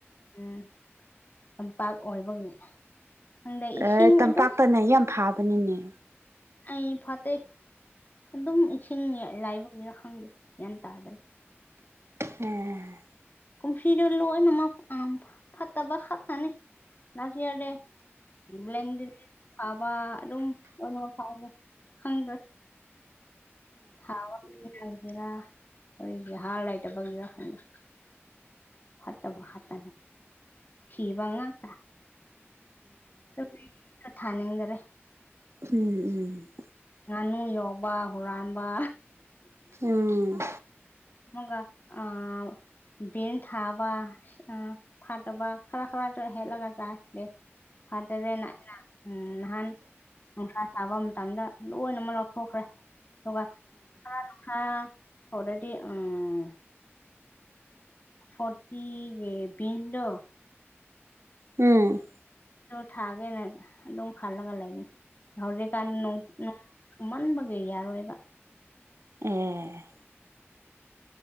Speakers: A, on the left; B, on the right.
A: ꯎꯝ ꯇꯝꯄꯥꯛ ꯑꯣꯏꯕꯒꯤ ꯈꯪꯗꯦ ꯏꯁꯤꯡ
B: ꯑꯦ ꯇꯝꯄꯥꯛꯇꯅ
A: ꯑꯗꯨꯝ
B: ꯌꯥꯝ ꯐꯥꯕꯅꯤꯅꯦ
A: ꯑꯩ ꯐꯠꯇꯦ ꯑꯗꯨꯝ ꯏꯁꯤꯡ ꯂꯩꯕꯒꯤꯔꯥ ꯈꯪꯗꯦ ꯒ꯭ꯌꯥꯟ ꯇꯥꯗ꯭ꯔꯦ
B: ꯎꯝ
A: ꯀꯨꯝꯁꯤꯗꯤ ꯂꯣꯏꯅꯃꯛ ꯎꯝ ꯐꯠꯇꯕ ꯈꯠꯇꯅꯤ ꯂꯥꯁ ꯌꯥꯔꯗꯤ <unintelligible> ꯐꯥꯕ ꯑꯗꯨꯝ ꯀꯩꯅꯣ ꯐꯥꯎꯗ ꯈꯪꯗꯦ <unintelligible> ꯑꯩꯒꯤ ꯍꯥꯔ ꯂꯩꯇꯕꯒꯤꯔꯥ ꯈꯪꯗꯦ ꯐꯠꯇꯕ ꯈꯠꯇꯅꯤ ꯁꯤꯕ ꯉꯥꯛꯇ ꯊꯥꯕꯤꯒ ꯊꯥꯅꯤꯡꯗꯔꯦ
B: ꯎꯝ ꯎꯝ
A: ꯉꯥꯅꯨ ꯌꯥꯎꯕ ꯍꯨꯔꯥꯟꯕ
B: ꯎꯝ
A: ꯃꯣꯡꯒ ꯑꯥ ꯚꯦꯟ ꯊꯥꯕ ꯑꯥ ꯐꯠꯇꯕ ꯈꯔ ꯈꯔ ꯍꯦꯟꯂꯒ ꯆꯥꯏ <unintelligible> ꯎꯝ ꯅꯍꯥꯟ ꯅꯨꯡꯁꯥ ꯁꯥꯕ ꯃꯇꯝꯗ ꯂꯣꯏꯅꯃꯛ ꯂꯧꯊꯣꯛꯈ꯭ꯔꯦ ꯑꯗꯨꯒ <unintelligible> ꯊꯣꯂꯦ ꯗꯤ ꯎꯝ ꯐꯣꯔꯇꯤ ꯒꯤ ꯕꯤꯟꯗꯨ
B: ꯎꯝ
A: ꯑꯗꯨ ꯊꯥꯒꯦꯅ ꯑꯗꯨꯝ ꯈꯜꯂꯒ ꯂꯩꯕꯅꯤ ꯍꯧꯖꯤꯛ ꯀꯥꯟ ꯅꯣꯡ ꯅꯣꯡ ꯃꯟꯕꯒꯤ ꯌꯥꯔꯣꯏꯕ
B: ꯑꯦ